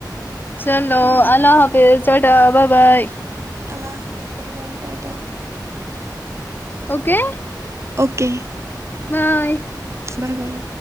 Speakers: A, on the left; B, on the right.
A: چلو اللہ حافظ ٹاٹا بائے بائے
B: اللہ حافظ bye bye tata
A: okay
B: okay
A: bye
B: bye bye